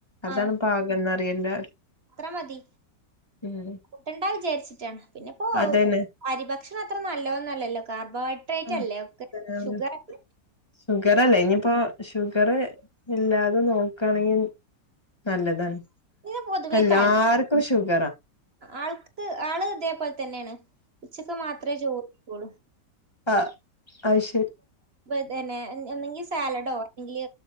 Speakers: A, on the left; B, on the right.
A: അതാണ്
B: ആഹ്
A: പാകം എന്നന്ന്റിയാം എല്ലാരും
B: അത്ര മതി
A: ഉം
B: കൂട്ടണ്ട വിചാരിച്ചിട്ടാണ് പിന്നെപ്പോ
A: അതന്നെ
B: അരി ഭക് ഭക്ഷണം അത്ര നല്ലോ എന്നല്ലോ കാരണം കാബോഹൈഡ്രേറ്റ്
A: ആഹ്
B: അല്ലേ ഒക്കെ
A: അതന്നെ അതന്നെ.
B: ഷുഗർല്ലെ
A: ഷുഗറല്ലേ
B: അപ്
A: ഇനിയിപ്പോ ഷുഗറ് ഇല്ലാതെ നോക്കയാണെങ്കിൽ നല്ലതാണ്
B: ഇതിന് പൊതുവേ
A: എല്ലാർ
B: താല്പര്യം
A: ക്കും ഷുഖ
B: ആൾക്ക് ആള് ഇതേപോലെ തന്നെയാണ് ഉച്ചക്ക് മാത്രമേ ചോദുള്ളൂ
A: ആ ആ ശരി
B: ഇതന്നെ എന്തെങ്കിൽ സാലഡോ അല്ലെങ്കില്